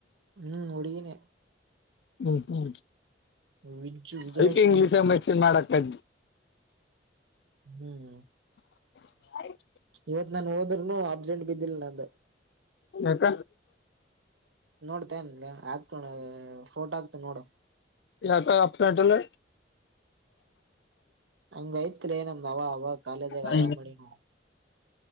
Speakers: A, on the right (about 90°); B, on the left (about 65°).
A: ಹ್ಮ್ ಹಡುಗಿನ
B: ಹ್ಮ್ ಹ್ಮ್
A: ವಿಜ್ ವಿಜಯಲಕ್ಷ್ಮಿ
B: ಅದ ಇಂಗ್ಲಿಷ್
A: ಅಂತ
B: ಮೆಸನ್ ಮಾಡಕ್ ಅು
A: ಹ್ಮ್
B: ಸ
A: ಇವತ್ ನಾು ಹೋದ್ೂನು ಅಬ್ಸೆಂಟ್ ಬಿದ್ದಿಲ್ಲ ನಂದ
B: ಯಾಕ
A: ನೋಡ್ತಾನ್ ಆಗ್ತಣ ಫೋಟೋ ಆಗ್ತ ನೋಡು
B: ಯ ಕ ಅಲ್ಯಾಟಲ
A: ಹಂಗ ಐತ್ಲೇ ನಮ್ದ ಅವ ಅವ ಕಾಲೇಜಾಗ
B: ಅ
A: ಅವ ಮಾಡಿನು